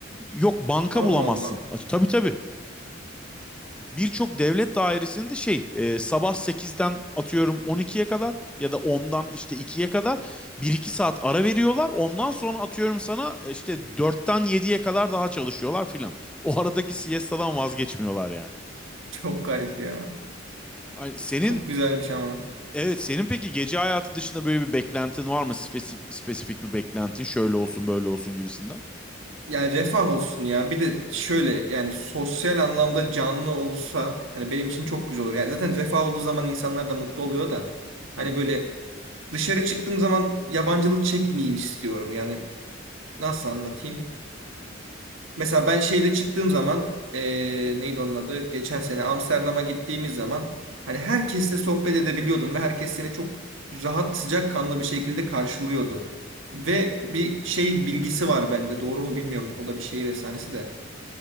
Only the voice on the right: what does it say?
Allah
Allah.
Çok garip ya.
Çok güzelmiş ama.
Yani refah olsun ya. Bir de şöyle yani sosyal anlamda canlı olursa hani benim için çok güzel olur. Yani zaten refah olduğu zaman insanlar da mutlu oluyor da
hani
böyle dışarı çıktığım zaman yabancılık çekmeyeyim istiyorum. Yani Nasıl anlatayım? Mesela ben şeyde çıktığım zaman eee, neydi onun adı? Geçen sene Amsterdam'a gittiğimiz zaman hani herkesle sohbet edebiliyordun ve herkes seni çok rahat sıcakkanlı bir şekilde karşılıyordu. Ve bir şey bilgisi var bende. Doğru mu bilmiyorum. O da bir şehir efsanesi de.